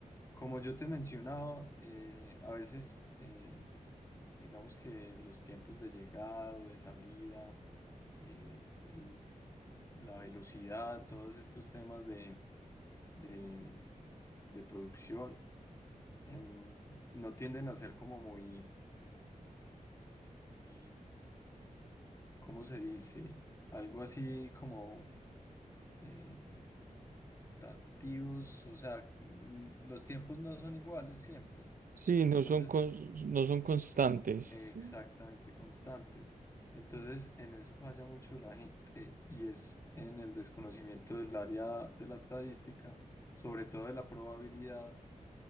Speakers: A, on the left; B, on the right.
A: Como yo te mencionaba, eh, a veces, eh, digamos que los tiempos de llegada o de salida, eh, el- la velocidad, todos estos temas de, de producción em, no tienden a ser como muy, muy, ¿cómo se dice? Algo así como eh, equitativos, o sea, mm, los tiempos no son iguales siempre,
B: Sí,
A: entonces
B: no son, cons- no son constantes.
A: eh, exactamente constantes. Entonces, en eso falla mucho la gente y es en el desconocimiento del área de la estadística, sobre todo de la probabilidad